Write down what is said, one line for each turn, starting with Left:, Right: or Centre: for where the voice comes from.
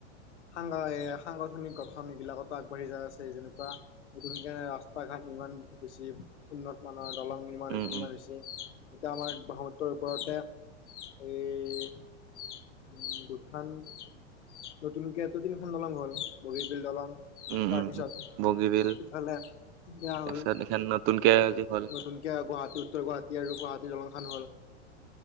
Left: সাংগ সাংগঠনিক গঠন এইগিলাকতো আগবাঢ়ি যায় আছে যেনেকুৱা নতুনকে ৰাস্তা ঘাট নিৰ্মাণ হৈছে উন্নত মানৰ দলং নিৰ্মাণ
Right: উম উম
Left: হৈছে
Right: উম
Left: - এতিয়া আমাৰ ব্ৰহ্মপুত্ৰ ওপৰতে এ উম দুখন নতুনকেটো তিনিখন দলং হল বগিবিল দলং
Right: উম
Left: তাৰপিছত
Right: উম উম বগীবিল
Left: ইফালে সেয়া
Right: তাৰপিছত
Left: হ'ল
Right: এখন নতুনকে আজি হ'ল
Left: নতুন গুৱাহাটী উত্তৰ গুৱাহাটী আৰু গুৱাহাটীৰ দলং খান হল